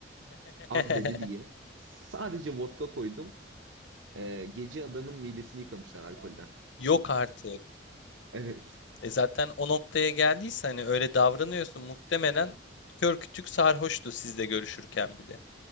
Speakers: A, on the left (about 70°); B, on the right (about 80°).
A: <laughs>
B: Az dedi diye. Sadece vodka koydum. Ee, gece adamın midesini yıkamışlar alkolden.
A: Yok artık.
B: Evet.
A: E zaten o noktaya geldiyse hani öyle davranıyorsun muhtemelen kör kütük sarhoştu sizle görüşürken bile.